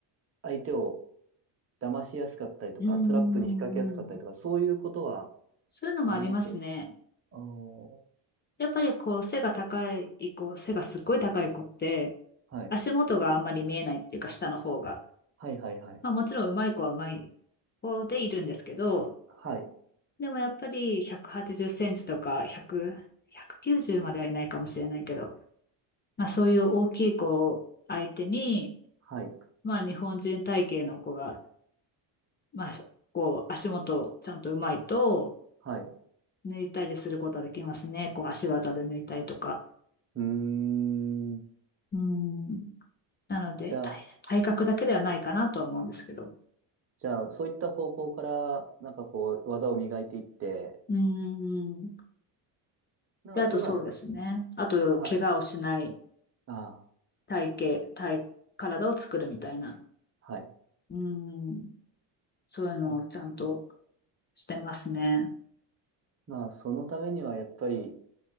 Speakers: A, on the right (about 30°); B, on the left (about 25°).
A: 相手を騙しやすかったりとか、
B: うん、
A: トラップに引っ掛けやすかったりとか、そういうことは
B: そういうのもありますね。
A: あります。ああ
B: やっぱりこう背が高い子、背がすっごい高い子って、
A: はい。
B: 足元があんまり見えないっていうか下の方が。
A: はい、はい、はい。
B: まあもちろん上手い子は上手い子でいるんですけど、
A: はい。
B: でもやっぱり180センチとか100、190まではいないかもしれないけど、まあそういう大きい子を相手に、
A: はい。
B: まあ日本人体型の子がまあ、こう、足元ちゃんとうまいと、
A: はい。う
B: 抜いたりすることはできますね。こう、足技で抜いたりとか。
A: ーん。
B: うん。なので、
A: じゃあ、
B: 体、体格だけではないかなとは思うんですけど。
A: じゃあ、そういった方向から、なんかこう、技を磨いていって、
B: うん。
A: なんかどうなんですか
B: で、あとそうですね。あと、
A: あ、はい。
B: 怪我をしない
A: あ、
B: 体型、体、体を作るみたいな。
A: はい。
B: うん。そういうのをちゃんと
A: まあ、
B: してますね。
A: まあそのためにはやっぱり、